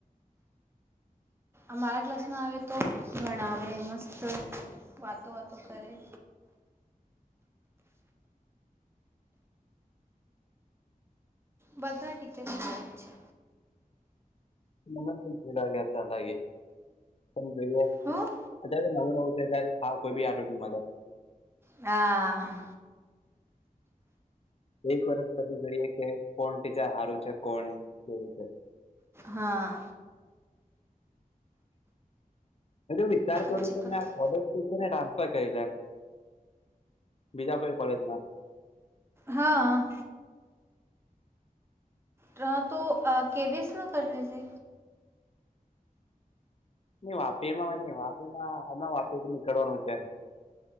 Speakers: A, on the right; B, on the left.
A: અમારા ક્લાસમાં આવે તો ભણાવે મસ્ત વાતો વાતો કરે બધા ટીચર છે.
B: નમસ્તે ખ્યા ચાલાાગે જોઈએ
A: હું
B: અત્યારે નવું નવું છે, એટ હા કોઈ બી આરોગ્યમા
A: હા
B: એક વર્ષ પછી જોઈએ કે કોણ ત હારુ છે, કોણ કેવું છે.
A: હા
B: વિચાર કરુ
A: પછી
B: કે
A: પછી
B: આ કોલેજ ટ્રાન્સફર કરી લે બીજા કોઈ કોલેજમા
A: હા. હા તો કર લેજે.
B: ની વાપીમાં ની વાપીમાં અમણા વાપીથી નીકળવાનું છે.